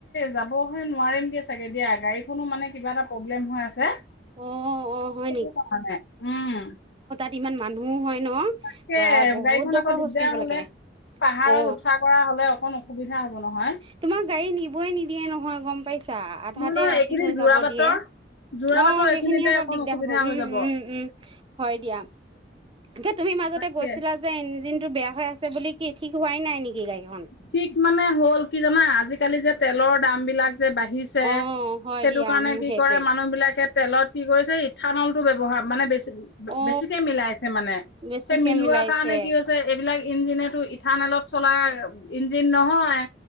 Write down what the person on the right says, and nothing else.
অ অ হয়
ত' ইমান মানুহো হয় ন'?
বা বহুত
ডোখৰ
খোজ কাঢ়িব
লাগে
অ
তোমাক গাড়ী নিবই নিদিয়ে নহয় গম পাইছা? আধাতে
ৰাখি
থৈ
যাব
দিয়ে।
অ'!
সেইখিনি আৰু
দিগদাৰ
হ'ব। উম,
উম, উম, হয় দিয়া। এতিয়া তুমি মাজতে
গৈছিলা যে ইঞ্জিন <unintelligible> বেয়া হৈ আছে বুলি কি ঠিক হাই নাই নেকি গাড়ী খন।
অ হয়
দিয়া
উম
সেইটোৱে
অ
বেছিকে
মিলাইছে